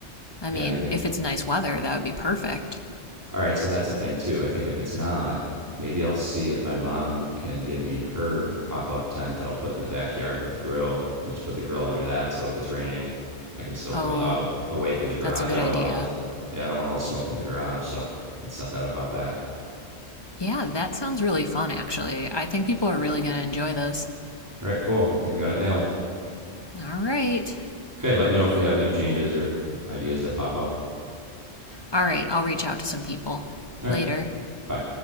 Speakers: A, on the left (about 20°); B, on the right (about 15°).
A: I
B: Yeah,
A: mean,
B: maybe
A: if it's nice weather, that would be perfect.
B: All right, so that's a thing too. I think if it's not, maybe I'll see if my mom can give me her pop up tent that I'll put in the backyard with the grill and just put the grill under that. So if it's raining, I can still
A: Oh,
B: grill out away from the garage.
A: that's a good
B: I
A: idea.
B: don't want all this, yeah, I don't want all the smoke in the garage. So you could set that up out back.
A: Yeah, that sounds really fun, actually. I think people are really going to enjoy this.
B: All right, cool. I think we got it nailed.
A: All right.
B: Okay, let me know if you have any changes or ideas that pop up.
A: All right, I'll reach out to some people
B: All right,
A: later.
B: bye.